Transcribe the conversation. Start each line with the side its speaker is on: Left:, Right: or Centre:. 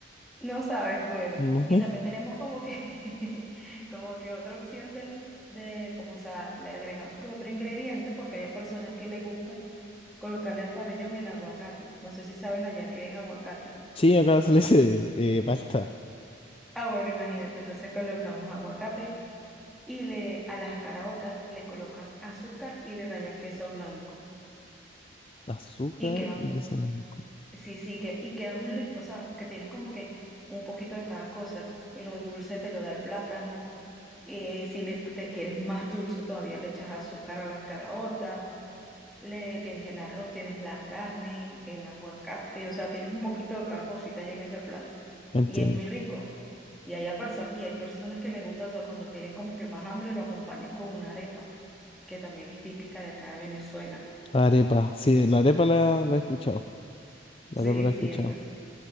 Centre: No sabes, bueno.
Left: No.
Centre: Y también tenemos como que, <laughs> como que otra opción del, de, como o sea, le agregamos que otro ingrediente, porque hay personas que le gusta colocarle al pabellón el aguacate. No sé si sabes allá qué es aguacate.
Left: Sí, acá se le dice eh, palta,
Centre: Ah, bueno, imagínate, entonces colocamos aguacate y le, a las caraotas le colocan azúcar y le rayan queso blanco.
Left: azúcar
Centre: Y queda muy,
Left: y queso blanco.
Centre: sí, sí, que, y queda muy rico, ¿sabes? Porque tienes como que un poquito de cada cosa. Lo dulce te lo da el plátano Eh, si le, te quieres más dulce, todavía le echas azúcar a las caraotas, le tienes el arroz, tienes la carne, el aguacate, o sea, tienes un poquito de cada cosita ahí en ese plato.
Left: Entiendo.
Centre: Y es muy rico. Y, hay perso y hay personas que les gusta, o sea, cuando tienen como que más hambre, lo acompañan con una arepa, que también es típica de acá de Venezuela.
Left: Arepa, sí, la arepa la, la he escuchado. La
Centre: Sí,
Left: te he
Centre: sí,
Left: escuchado.
Centre: entonces,